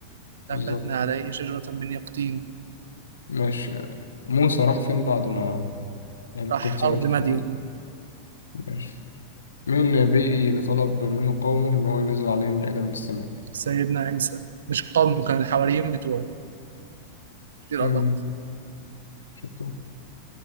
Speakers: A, on the left; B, on the right.
A: بالظبط
B: نبتنا عليه شجرة من يقطين
A: ماشي موسى راح فين بعد ما القبطي
B: راح أرض
A: مات فين
B: مدين
A: ماشي مين النبي اللي طلب منه قومه إن هو ينزل عليهم مائدة من السماء
B: سيدنا عيسى مش قوم كان الحواريين بتوعه دي الأدق
A: امم شطور